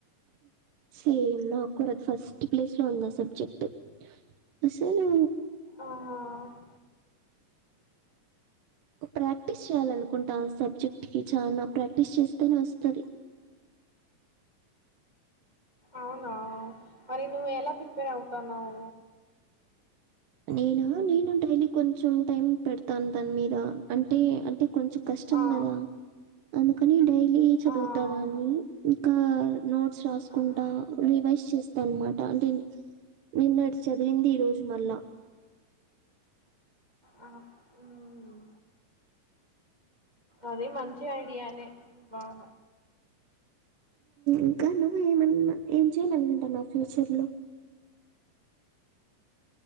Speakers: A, on the right (about 75°); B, on the right (about 15°).
A: సేమ్ నాక్కూడ ఫస్ట్ ప్లేస్ లో ఉందా సబ్జెక్ట్ అసలు
B: ఆ
A: ప్రాక్టీస్ చేయాలనుకుంటా ఆ సబ్జెక్ట్ కి చానా ప్రాక్టీస్ చేస్తేనే వస్తది
B: అవునా మరి నువ్వు ఎలా ప్రిపేర్ అవుతన్నావు?
A: నేనా నేను డైలీ కొంచెం టైమ్ పెడతాను దాని మీద అంటే అంటే కొంచెం కష్టం
B: ఆ
A: కదా. అందుకని డైలీ చదువుతా
B: ఆ అవును
A: దాన్ని, ఇంకా నోట్స్ రాసుకుంటా
B: ఉమ్,
A: వీ ఫ్రెష్ చేస్తాన్నమాట అంటే నిన్న చదివింది ఈ రోజు మళ్ళా
B: ఆ, ఉమ్, అది మంచి ఐడియానే బాగ
A: ఇంకా నువ్వు ఏమన్నా ఏం చేయాలనుకుంటన్నావ్ ఫ్యూచర్ లో?